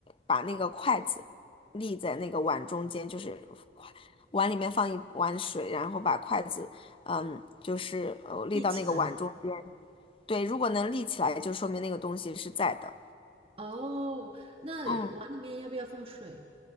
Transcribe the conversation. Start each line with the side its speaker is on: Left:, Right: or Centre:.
Left: 把那个筷子立在那个碗中间，就是筷碗里面放一碗水，然后把筷子。嗯，就是呃立到那个碗中，
Right: 立起来。
Left: 间。对，如果能立起来，就说明那个东西是在的。
Right: 哦，那碗里面要不要放水？
Left: 嗯。